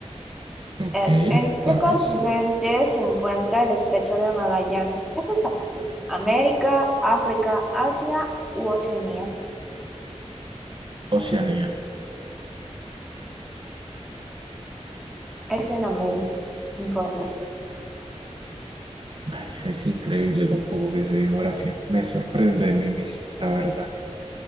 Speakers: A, on the right; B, in the centre.
A: Ok,
B: Es, ¿en qué
A: vamos.
B: continente se encuentra el Estrecho de Magallanes? Eso está fácil. ¿América, África, Asia u Oceanía?
A: Oceanía.
B: Es en América, incorrecto.
A: Ay, es increíble lo poco que sé de geografía. Me sorprendo de mí mismo, la verdad.